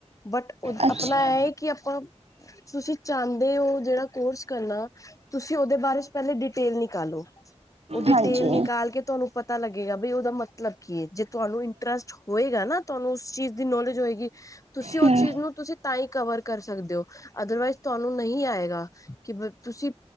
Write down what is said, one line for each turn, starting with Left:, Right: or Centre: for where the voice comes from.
Left: ਬਟ ਉਹ
Right: ਅੱਛਾ
Left: ਆਪਣਾ ਇਹ ਹੈ ਕਿ ਆਪਾਂ ਤੁਸੀਂ ਚਾਹੰਦੇ ਹੋ ਜਿਹੜਾ ਕੋਰਸ ਕਰਨਾ। ਤੁਸੀਂ ਉਹਦੇ ਬਾਰੇ 'ਚ ਪਹਿਲੇ ਡਿਟੇਲ ਨਿਕਾਲੋ ਉਹ ਡਿਟੇਲ
Right: ਹਾਂਜੀ
Left: ਨਿਕਾਲ ਕੇ ਤੁਹਾਨੂੰ ਪਤਾ ਲੱਗੇਗਾ। ਬ ਉਹਦਾ ਮਤਲਬ ਕੀ ਹੈ ਜੇ ਤੁਹਾਨੂੰ ਇੰਟਰਸਟ ਹੋਏਗਾ ਨਾ ਤੁਹਾਨੂੰ ਉਸ ਚੀਜ਼ ਦੀ ਨੌਲੇਜ ਹੋਏਗੀ। ਤੁਸੀਂ ਉਸ
Right: ਹੂੰ
Left: ਚੀਜ਼ ਨੂੰ ਤੁਸੀਂ ਤਾਂ ਹੀ ਕਵਰ ਕਰ ਸਕਦੇ ਹੋ ਅਦਰਵਾਈਜ਼ ਤੁਹਾਨੂੰ ਨਹੀਂ ਆਏਗਾ ਕਿ ਤੁਸੀਂ